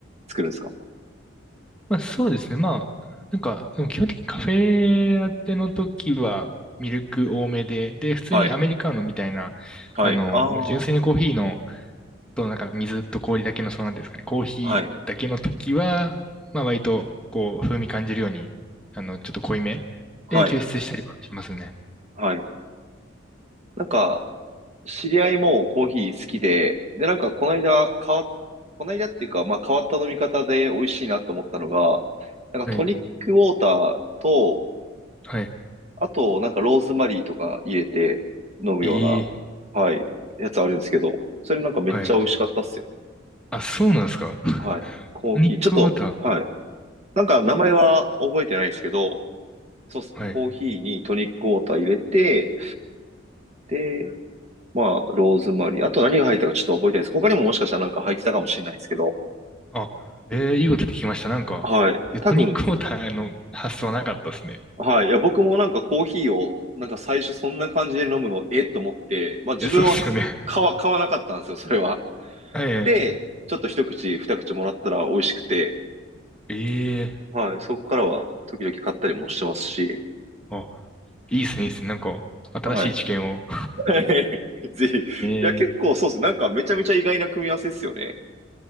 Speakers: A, on the right; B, in the centre.
A: 作るんですか
B: まあそうですね。まあ、なんか、でも基本的にカフェラテの時はミルク多めで、で、普通にアメリカーノみたいな、
A: はい、はい。
B: あの、
A: ああ、
B: もう純粋にコーヒーの、
A: は
B: となんか水と氷だけの、そうなんていうんですかね、コーヒーだけの時は、
A: い、
B: まあ割と、こう、風味感じるように、あの、ちょっと濃いめで抽出したりはしますね。
A: はい、はい。なんか、知り合いもコーヒー好きで、で、なんか、この間、変わっ、この間っていうか、まあ、変わった飲み方で美味しいなと思ったのが、なんか、
B: はい、
A: トニックウォーターと、
B: はい。
A: あと、なんかローズマリーとか入れて飲むよう
B: ええ、
A: な、はい、やつあるんですけど、それなんかめっちゃ美味しかったっすよ。
B: はい。あ、そうなんですか。<laughs>
A: はい。コーヒー、
B: トニックウォータ
A: ちょっと、はい。なんか名前は覚えてないですけど、そうっす。
B: ー。はい。
A: コーヒーにトニックウォーター入れて、で、まあ、ローズマリー。あと何が入ったかちょっと覚えてないです。他にももしかしたらなんか入ってたかもしれないですけど、
B: あ、ええ、いいこと聞きました。なんか、
A: はい。
B: えトニックウォーターの発想なかったですね。
A: 多分、はい。いや、僕もなんかコーヒーを、なんか最初そんな感じで飲むの、えっと思って、まあ自分はか買わ、
B: え、そうですよね。<laughs>
A: 買わなかったんですよ、それは。
B: はい。
A: で、ちょっと一口、二口もらったら美味しくて、
B: ええ
A: はい、そこからは時々買ったりもしてますし、
B: あ、いいですね、いいですね。なんか、新しい知見を。
A: はい。<laughs> ぜひ。いや、
B: ええ
A: 結構そうです。なんかめちゃめちゃ意外な組み合わせですよね。